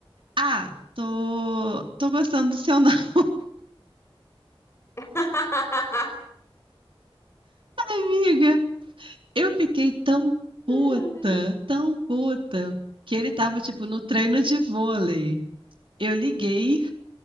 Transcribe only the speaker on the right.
Ah, tô, tô gostando do seu namoro.
Amiga, eu fiquei tão puta,
tão puta, que ele tava, tipo, no treino de vôlei. Eu liguei.